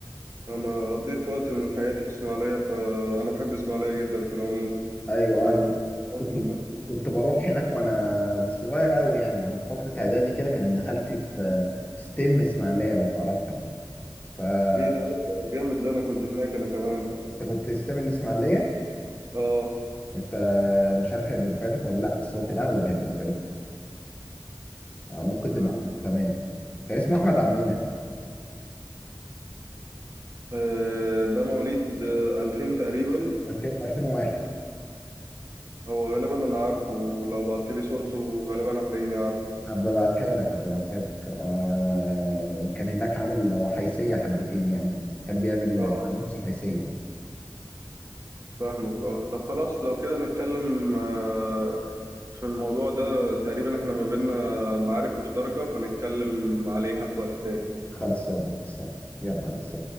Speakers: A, on the right; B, on the left.
A: أنا قضيت وقت من حياتي في إسماعيلية فأنا بحب إسماعيلية جدا في العموم
B: ايوه
A: من
B: انا
A: الوقت
B: كنت
A: ال-
B: كنت كنت بروح هناك وانا مش صغير قوي يعني وانا في فتره اعدادي كده كان ابن خالتي في في ستيم اسماعيليه لو تعرفها يعني فانت
A: إيه ده ده جامد ده أنا كنت هناك أنا كمان
B: كنت ستيم الاسماعيليه
A: آه
B: انت انا مش عارف هيبقى دفعتك ولا لا بس هو في الاغلب هيبقى دفعتك آه، ممكن تبقى
A: م.
B: تمام كان اسمه احمد عبد المنعم
A: آه، ده مواليد آه، 2000 تقريبا
B: 2000 2001
A: هو غالبا أنا عارفه لو بعتلي صورته غالبا هتلاقيني عارف
B: هبقى ابعتها لك هبقى ابعتها لك آه، كان هناك عامل وحيسيه حبتين يعني كان بيعمل
A: آه
B: نص حيسيه
A: فاهمك آه طب خلاص لو كده نتكلم آه، في الموضوع ده تقريبا إحنا ما بينا معارف مشتركة فنتكلم عليها في وقت تاني
B: خلصانه خلصانه يلا بس